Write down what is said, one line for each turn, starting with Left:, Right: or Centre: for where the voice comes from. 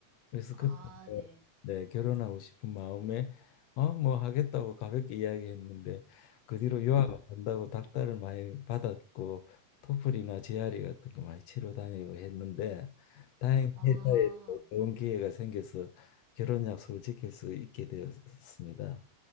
Left: 그래서 그때부터
Right: 아, 네.
Left: 네, 결혼하고 싶은 마음에 어, 뭐 하겠다고 가볍게 이야기했는데 그 뒤로
Right: 네.
Left: 유학 안 간다고 닥달을 많이 받았고 토플이나 GRE 같은 거 많이 치러 다니고 했는데 다행히
Right: 아,
Left: 회사에서 좋은 기회가 생겨서 결혼 약속을 지킬 수 있게 되었습니다.